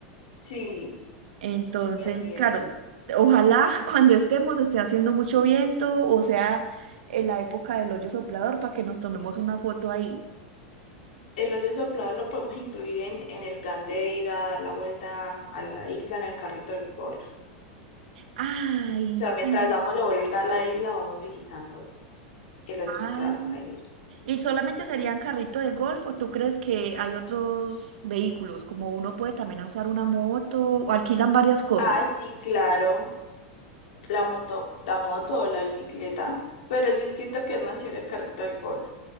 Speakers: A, on the left; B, on the right.
A: Sí,
B: Entonces,
A: sí, así es.
B: claro, ojalá <laughs> cuando estemos esté haciendo mucho viento o sea en la época del hoyo soplador para que nos tomemos una foto ahí.
A: El hoyo soplador lo podemos incluir en, en el plan de ir a dar la vuelta a la isla en el carrito del golf. O
B: Ay,
A: sea, mientras
B: sí.
A: damos la vuelta a la isla, vamos visitando el hoyo
B: Ah.
A: soplador ahí mismo.
B: ¿Y solamente serían carrito de golf o tú crees que hay otros vehículos? Como uno puede también usar una moto o alquilan varias cosas.
A: Ah, sí, claro, la moto, la moto o la bicicleta, pero yo siento que es más chévere el carrito del golf.